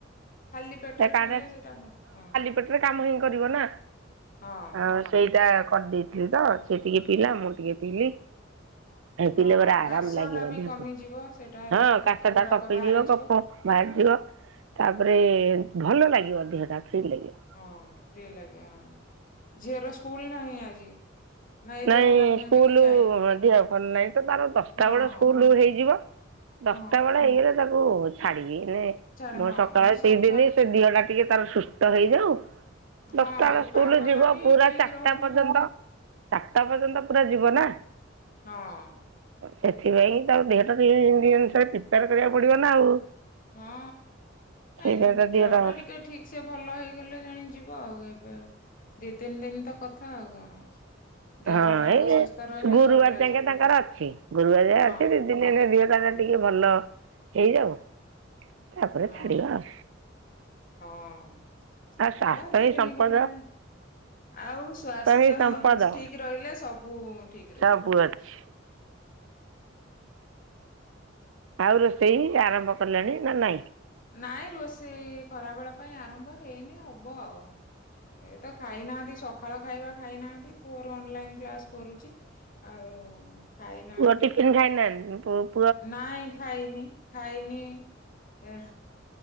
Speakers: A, on the left; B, on the right.
A: ଖାଲି ପେଟରେ
B: ସେ କାଢ଼ା
A: ପିଇଲେ ସେଇଟା ଭଲ ହଁ।
B: ପେଟରେ କାମ ସବୁ କରିବନା
A: ହଁ
B: ଆ ସେଇଟା କରିଦେଇଥିଲି ତ ସେ ଟିକେ ପିଇାଲା ମୁଁ ଟିକେ ପିଇଲିି। ଏ ପିଲେ
A: ହଁ
B: ପରା ଆରାମ
A: କାଶ
B: ଲାଗିବ
A: ଟା ବି
B: ଦେହକୁ
A: କମିଯିବ ସେଇଟା ହେଲେ
B: ହଁ
A: କଫ
B: କାଶଟା
A: ଗୁରାକ
B: କଟିଯିବ
A: ବାହାରିଯିବ
B: କଫ ବାହାରିଯିବ। ତାପରେ ଭଲ ଲାଗିବ ଦେହଟା ଫ୍ରି ଲାଗିବ।
A: ହଁ ଫ୍ରି ଲାଗେ ଆଉ ଝିଅର ସ୍କୁଲ ନାହିଁ ଆଜି।
B: ନାଇଁ
A: ଦେହ ଭଲ ନାହିଁ
B: ସ୍କୁଲ
A: ବୋଲି ଯାଇନି
B: ଦେହ ଭଲ ନାହିଁ ତ ତାର ଦଶଟା
A: ହଁ
B: ବେଳେ
A: ହଁ
B: ସ୍କୁଲ ହେଇଯିବ। ଦଶଟା
A: ହଁ
B: ବେଳେ ହେଇଗଲେ ତାକୁ ଛାଡିବି ମାନେ
A: ଛାଡ
B: ମୁଁ
A: ହଁ
B: ସକାଳେ
A: ଏଇ
B: ଦତି
A: ସକାଳୁ
B: ଦିନ ସେ ଦିଘ ଟିକେ ତାର ସୁସ୍ଥ ହେଇଯାଉ।
A: ହଁ
B: ଦଶଟା ବେଳ
A: ଏଇ
B: ସ୍କୁଲ
A: ପାଗ
B: ଯିବ
A: ଟା ବି
B: ପୁରା
A: ଠିକ
B: ଚାରିଟା
A: ରହୁନି
B: ପର୍ଯ୍ୟନ୍ତ ଚାରଟା ପର୍ଯ୍ୟନ୍ତ ପୁରା ଯିବ ନା।
A: ହଁ।
B: ସେଥିପାଇଁ ତରଉ ଦେହଟା ସେଅନୁସାରେ ପ୍ରିପେୟାର କରିବାକୁ ପଡିବ ନା ଆଉ।
A: ହଁ ନାଇଁ
B: ସେଇଟା ତା ଦିହଟା
A: ଦେହ ଟା
B: ହଁ
A: ଟିକେ ଠିକ୍ ସେ ଭଲ ହେଇଗଲେ ଜାଣି ଯିବ ଆଉ ଏବେ ଦି ତିନି ଦିନ ତ କଥା ଆଉ କଣ ଅଛି। ଦେହଟା
B: ହଁ ଏଇ
A: ଆଗ ସୁସ୍ଥ ରହିଲେ
B: ଗୁରୁବାର
A: ସବୁବେଳେ
B: ଯାଙ୍କେ
A: ଯିବା
B: ତାଙ୍କର ଅଛି ଗୁରୁବାର ଯାଏ
A: ହଁ।
B: ଅଛି ଦି ଏଇନେ ଦିହଟା ତାର ଟିକେ ଭଲ ହେଇଯାଉ। ତାପରେ
A: ହଁ
B: ଛାଡିବା ଆଉ।
A: ହଁ
B: ଆଉ ସ୍ୱାସ୍ଥ୍ୟ
A: ହଁବା ଏତେ
B: ହିଁ
A: ଦିନ
B: ସମ୍ପଦ
A: ଗଲାଣି ଆଉ ଆଉ ସ୍ୱାସ୍ଥ୍ୟ
B: ହିଁ ସମ୍ପଦ।
A: ଠିକ୍ ରହିଲେ ସବୁ ଠିକ୍ ରହିବ।
B: ସବୁ ଅଛି ଆଉ ରୋଷେଇ ଆରମ୍ଭ କଲଣି ନା ନାହିଁ।
A: ନାଇଁ ରୋଷେଇ ଖରା ବେଳ ପାଇଁ ଆରମ୍ଭ ହେଇନି ହବ ଆଉ। ଏ ତ ଖାଇନାହାନ୍ତି ସକାଳ ଖାଇବା ଖାଇନାହାନ୍ତି ପୁଅର ଅନଲାଇନ କ୍ଳାସ କରୁଛି। ଆଉ ଖାଇନାହାନ୍ତି
B: ପୁଅ ଟିଫିନ
A: ଆଉ
B: ଖାଇ ନାହାନ୍ତି ପୁ
A: ନାଇଁ ଖାଇନି ଖାଇନି ଏ